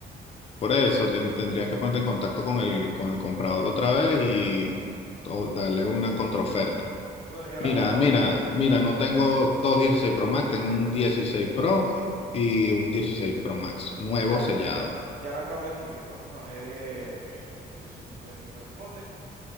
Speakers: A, on the left (about 35°); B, on the right (about 45°).
A: Por eso ten- tendrías que ponerte en contacto con el, con el comprador otra vez y o darle una contraoferta.
B: Yo, bueno, ya
A: Mira,
B: la acabo,
A: mira, mira, no tengo dos 16 Pro Max, tengo un 16 Pro y un 16 Pro Max, nuevo
B: ya,
A: sellado.
B: le- ya la acabo de escribir. Vamos a ver eh, en cuestión de segundos de qué me responde.